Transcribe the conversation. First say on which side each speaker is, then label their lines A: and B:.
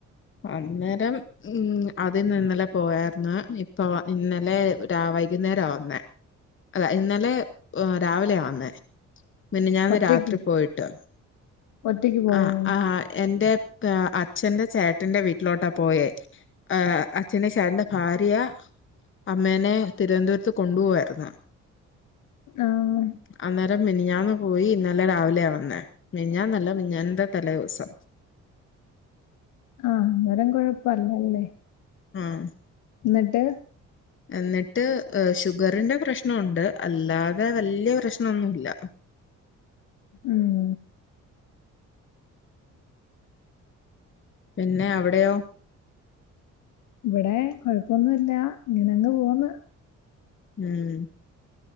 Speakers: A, on the left (about 40°); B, on the left (about 80°).
A: അന്നേരം ഉം അതിന്നിന്നലെ പോയായിരുന്നു ഇപ്പൊ ഇന്നലെ വൈകുന്നേരാവന്നേ അല്ല ഇന്നലെ രാവിലെയാ വന്നേ, മിനിഞ്ഞാന്ന്
B: ഒറ്റക്ക്
A: രാത്രി പോയിട്ട്.
B: ഒറ്റക്ക് പോയോ
A: ആഹ് ആഹ് എന്റെ <inaudible> അച്ഛന്റെ ചേട്ടന്റെ വീട്ടിലോട്ടാ പോയേ ആഹ് അച്ഛൻ്റെ ചേട്ടന്റെ ഭാര്യ അമ്മേനെ തിരുവനന്തപുരത്ത് കൊണ്ടുപോവായിരുന്നു
B: ആഹ്
A: അന്നേരം മിനിഞ്ഞാന്ന് പോയി ഇന്നലെ രാവിലെയാ വന്നേ, മിനിഞ്ഞാന്നല്ല മിനി ഞ്ഞാന്നത്തെ തലേവസം.
B: ആഹ് അന്നേരം കുഴപ്പല്ലല്ലേ
A: ആഹ്
B: എന്നിട്ട്?
A: എന്നിട്ട് ഷുഗറിന്റെ പ്രശ്നോണ്ട് അല്ലാതെ വലിയ പ്രശ്നോന്നുല്ല.
B: ഉം
A: പിന്നെ അവിടെയോ
B: ഇവിടെ കൊഴപ്പൊന്നുല്ല ഇങ്ങനെ അങ്ങ് പോകുന്ന്.
A: ഉം